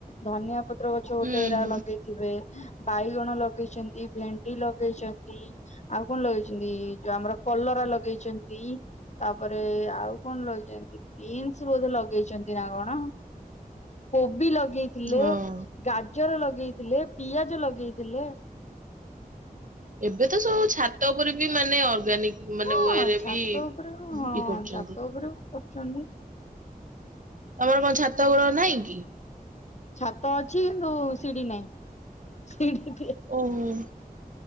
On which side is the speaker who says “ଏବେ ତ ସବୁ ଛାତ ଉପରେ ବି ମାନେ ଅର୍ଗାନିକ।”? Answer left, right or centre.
Right